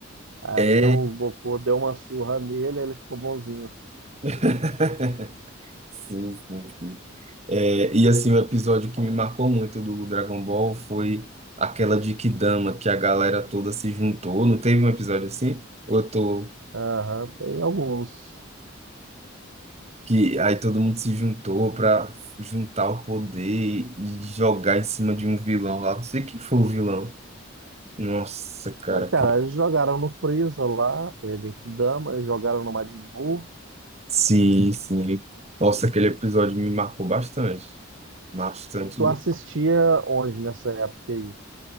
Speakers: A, on the right; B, on the right.
A: Aí
B: É.
A: o Goku deu uma surra nele, ele ficou bonzinho.
B: <laughs> Sim, sim, sim. É, e assim, o episódio que me marcou muito do Dragon Ball foi aquela de Kidama, que a galera toda se juntou. Não teve um episódio assim? Ou eu tô
A: Aham, tem alguns.
B: que aí todo mundo se juntou pra juntar o poder e e jogar em cima de um vilão lá. Não sei quem foi o vilão. Nossa, cara.
A: Ah, cara,
B: que-
A: eles jogaram no Freeza lá, foi a Genkidama, eles jogaram no Majin Buu.
B: Sim, sim. Nossa, aquele episódio me marcou bastante. Bastante
A: E tu
B: mesmo.
A: assistia onde nessa época aí?